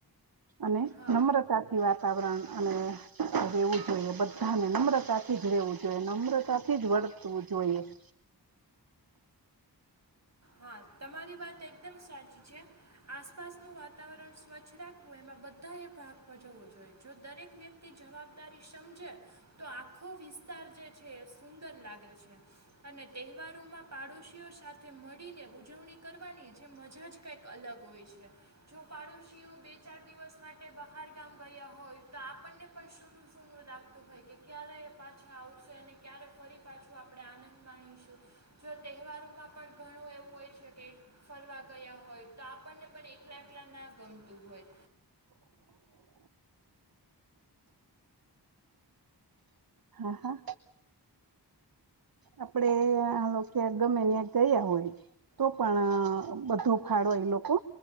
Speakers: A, on the right; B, on the right.
A: અને
B: હા
A: નમ્રતાથી વાતાવરણ અને રહેેવું જોઈએ બધાને નમ્રતાથી જ રહેેવું જોઈએ નમ્રતાથી જ વર્તવું જોઈએ <inaudible>
B: હા તમારી વાત એકદમ સાચી છે આસપાસનું વાતાવરણ સ્વચ્છ રાખવું એમાં બધાએ ભાગમાં જવવો જોઈએ જો દરેક વ્યક્તિ જવાબદારી સમજે તો આખો વિસ વિસ્તાર જે છે સુંદર લાગે છે અને તહેવારોમાં પાડોશીઓ સાથે મળીને ઉજવણી કરવાની જે મજા જ કઈક અલગ હોય છે જો પાડોશીઓ બે ચાર દિવસ માટે બહાર ગામ ગયા હોય તો આપણને પણ સૂનું સૂનું લાગતું હોય કે ક્યારે એ પાછા આવશે અને ક્યારે ફરી પાછો આપણે આનંદ માણીશું જો તહેવારોમાં પણ ઘણું એવું હોય છે કે ફરવા ગયા હોય તો આપણને પણ એકલા એકલા ના ગમતું હોય
A: <inaudible> હા હા આપડે આ લોકને ન્યા ગમે ન્યા ગયા હોય તો પણ બધો ફાળો એ લોકો